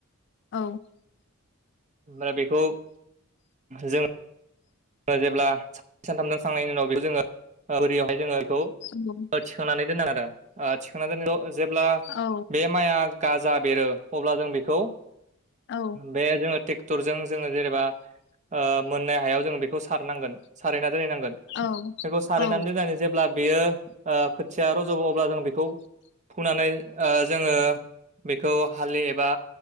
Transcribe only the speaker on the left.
औ
<unintelligible>
औ
औ
औ
औ